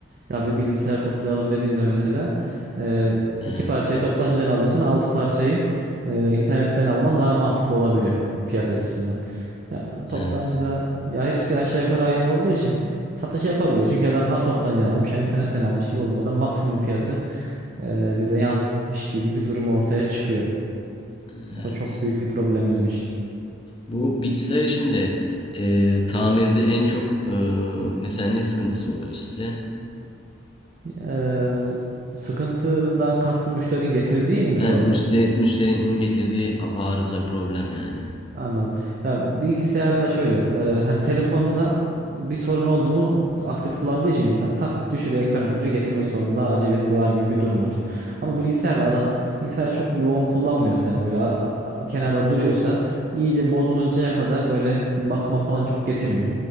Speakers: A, on the right (about 45°); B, on the left (about 25°).
A: Ya bir bilgisayar toplayalım dediğinde mesela e,
B: Evet.
A: iki parçayı toptancıdan alıyorsan altı parçayı e, internetten alman daha mantıklı olabiliyor fiyat açısından. Ya
B: Evet.
A: toptancıda ya hepsi aşağı yukarı aynı olduğu için satış yapabiliyor. Çünkü adam ha toptancıdan almış ha internetten almış gibi olunca da maksimum fiyatı e, bize yansıtmış gibi bir durum ortaya çıkıyor.
B: Evet.
A: O çok büyük bir problem bizim için.
B: Bu bilgisayar işinde eee tamirde en çok eee, mesela ne sıkıntısı oluyor size?
A: E, sıkıntıdan kastın müşterinin getirdiğini mi
B: Hem
A: sordun?
B: müşteri, müşterinin getirdiği a- arıza problem yani.
A: Anladım. Ya bilgisayarda şöyle, e, hani telefonda bir sorun oldu mu aktif kullandığı için insan tak düşürüyor ekranı kırıyor getirmek zorunda acelesi var gibi bir durum oluyor. Ama bilgisayarda adam bilgisayar çok yoğun kullanmıyorsa hani böyle a- a- kenarda duruyorsa iyice bozuluncaya kadar böyle hani bakıma falan çok getirmiyor.